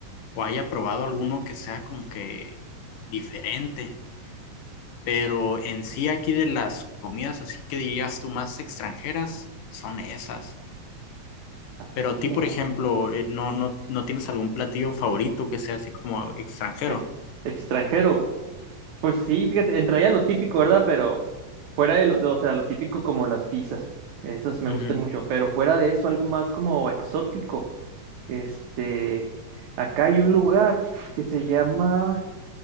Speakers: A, on the left; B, on the right.
A: o haya probado alguno que sea como que diferente. Pero en sí aquí de las comidas, así que dirías tú más extranjeras, son esas.
B: ¿A poco
A: Pero a ti,
B: ya
A: por ejemplo,
B: hay?
A: eh, no, no, no tienes algún platillo favorito que sea así como extranjero.
B: Ex- extranjero, Pues sí, fíjate, entraría lo típico, ¿verdad? Pero fuera de lo, de- o sea, lo típico como las pizzas, esas me
A: Ujú.
B: gustan mucho, pero fuera de eso, algo más como exótico. Este, acá hay un lugar que se llama,